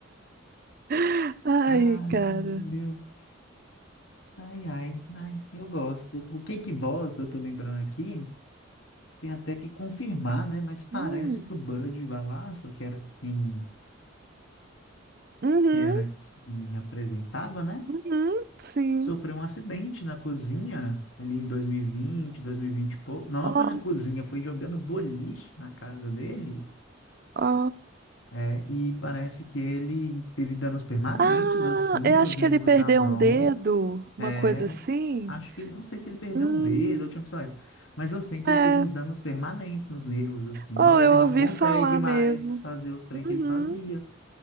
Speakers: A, on the right; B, on the left.
A: <laughs> Ai,
B: Ai,
A: cara.
B: meu Deus. Ai, ai, ai, eu gosto. O Cake Boss, eu tô lembrando aqui, tem até que confirmar, né? Mas parece
A: Hum,
B: que o Bud Valastro, que era quem,
A: Uhum,
B: que era quem apresentava, né?
A: uhum, sim.
B: sofreu um acidente na cozinha ali em 2020, 2020 e vinte, dois mil e vinte e pouco. Não, não
A: Ó,
B: foi na cozinha, foi jogando boliche na casa dele.
A: ó.
B: É, e parece que ele teve danos permanentes,
A: Ah,
B: assim,
A: eu
B: nos
A: acho
B: nervos
A: que ele perdeu
B: da mão.
A: um dedo,
B: É,
A: uma coisa assim.
B: acho que ele, não sei se ele perdeu
A: Hum,
B: um dedo ou tinha opções, mas eu sei que
A: é.
B: ele teve uns danos permanentes nos nervos, assim,
A: Oh,
B: e ele
A: eu
B: não
A: ouvi
B: consegue
A: falar
B: mais
A: mesmo.
B: fazer os treinos
A: Uhum.
B: que ele fazia.